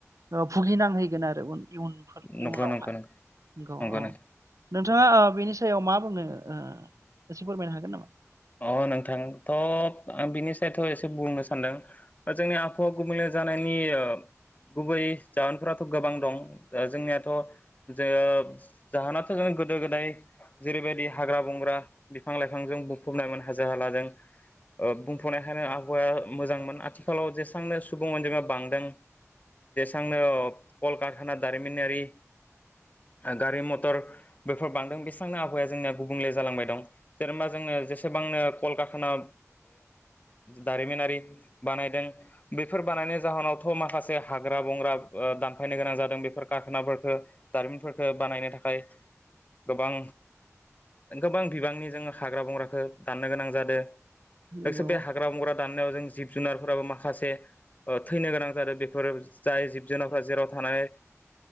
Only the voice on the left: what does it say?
नंगौ नंगौ नंगौ
नंगौ
नोंथां
अ नोंथांथ' आं बिनि सायथ' एसे बुंनो सान्दों बा जोंनि आहावा गुबुंल जानायनि जोंनि गुबै जाहोनफोराथ गोबां दं दा जोंनियाथ जो जाहोनाथ जों गोदो गोदाय जेरैबायदि हाग्रा बंग्रा बिफां लाइफांजों बुंफबनायमोन हाजो हालाजों बुंफबनाय हानाय आबहावाया मोजांमोन आथिखालाव जेसेबांनो सुबुं अनजिा बांदों जेसेबांनो कलकारहाना दारिमिनारि गारि मथर बेफोर बांदों बेसेबांनो आबहावाया जोंनिया गुबुंले जालांबाय दं जेनेबा जों बां एसेबांनो कल कारखाना दारिमिनारि बानायदों बेफोर बानायनाय जाहोनावथ' माखासे हाग्रा बंग्रा दानफायनो गोनां जादों बेफोर कारखानाफोरफोरखौ दारिमिनफोरफोरखौ बानायनो थाखाय गोबां गोबां बिबांनि जोंङो हाग्रा बंग्रखौ दाननो गोनां जादों।
नस बे हाग्रा बंग्रा दाननायाव जों जिब जुनारफोराबो माखासे थैनो गोनां जादों बेफोर जाय जिब जुनारफोरा जेराव थानानै